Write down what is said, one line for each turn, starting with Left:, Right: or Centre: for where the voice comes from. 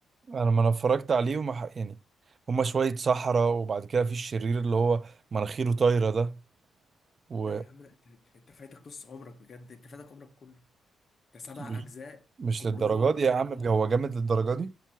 Right: ما- انا ما انا اتفرجت عليه وما ح- يعني هما شوية صحراء وبعد كده في الشرير اللي هو مناخيره طايرة ده و
Left: لا يا عم لا، انت انت أنت فايتك نص عمرك بجد انت فايتك عمرك كله انت سبع
Right: مش
Left: اجزاء
Right: مش
Left: كلهم
Right: للدرجة
Left: احلى
Right: دي يا عم
Left: من بعض
Right: هو جامد للدرجة دي